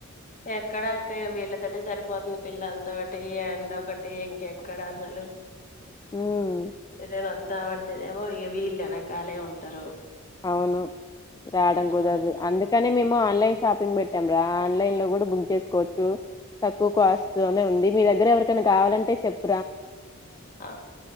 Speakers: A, on the left; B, on the left.
A: ఎక్కడా అక్క ఇ వీళ్ళతోటి సరిపోతుంది పిల్లలతోటి ఎండ ఒకటి ఇంకెక్కడ అసలు
B: హ్మ్.
A: ఎదైనా వద్దామంటేనేమో ఇగ వీళ్ళు ఎనకాలే ఉంటారు
B: అవును రాడం
A: ఉమ్
B: కుదరదు అందుకనే మేము ఆన్లైన్ షాపింగ్ పెట్టాం రా ఆన్లైన్ లో కూడా బుక్ చేసుకోవచ్చు తక్కువ కాస్ట్ తోనే ఉంది మీర్ అది దగ్గర ఎవరికన్నా కావాలంటే చెప్తే
A: ఆ